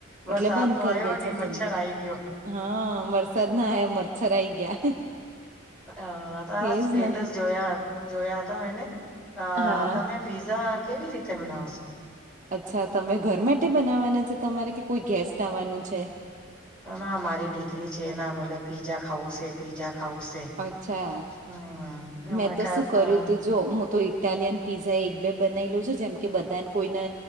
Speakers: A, in the centre; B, on the right.
A: વરસાદ
B: એટલે બંધ
A: તો
B: કરી
A: આવ્યો
B: દે
A: નહી
B: છે
A: મચ્છર
B: જલ્દી.
A: આઈ ગયો
B: હા, વરસાદ ના આયા મચ્છર આઈ ગયા.
A: અ તારા
B: એજ
A: સ્ટેટસ
B: ને
A: જોયા જોયા હતા એને અ
B: હા
A: તમે પીઝા કેવી રીતે બનાવો છો.
B: અચ્છા તમે ઘર માટે બનાવાના છો તમારે કે કોઈ ગેસ્ટ આવવાનું છે.
A: ના મારી દીકરી છે એના ભલે પીઝા ખાવું છે પીઝા ખાવું છે.
B: અચ્છા.
A: હમ.
B: મેં
A: મે
B: તો
A: ક
B: શું કર્યું
A: હમ
B: તું જો હું તો ઇટાલિયન પીઝા એક બે બનાવી લઉં છું જેમ કે બધાને કોઈને